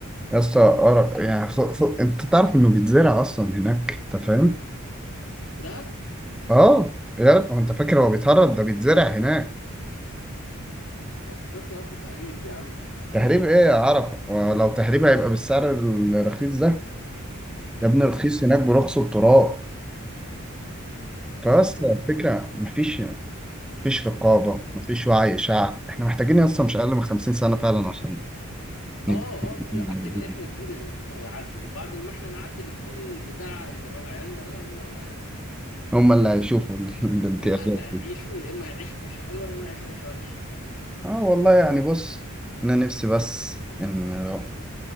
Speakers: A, in the centre; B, on the left.
A: يسطا قرف يعني خ... خ... انت تعرف انه بيتزرع اصلا هناك انت فاهم؟
B: في دهب
A: اه يا هو انت فاكر هو بيتهرب ده بيتزرع هناك
B: آه، افتكرته اخر تهريب يا عم
A: تهريب ايه يا عرفه ولو تهريب هيبقى بالسعر الرخيص ده يا ابني رخيص
B: يا نهار أبيض.
A: هناك برخص التراب فاصلا
B: لا لا
A: الفكره مفيش مفيش رقابه مفيش وعي شعب احنا محتاجين اصلا مش اقل من 50 سنه فعلا عشان نتفق
B: اه اه آه،
A: على
B: لا محتاجين
A: وجود-
B: احنا الجيل اللي المفروض هيعدل وبعد ما احنا نعدل الجيل بتاع اللي هو عيالنا بقى هم اللي هيبقوا
A: هم اللي هيشوفوا ال- <laughs> الامتيازات
B: هم اللي هيعيشوا
A: دي
B: يا اما هيعيشوا عيشه حلوه يا اما هيعيشوا عيشه وحشه
A: اه والله يعني بص انا نفسي بس ان ر-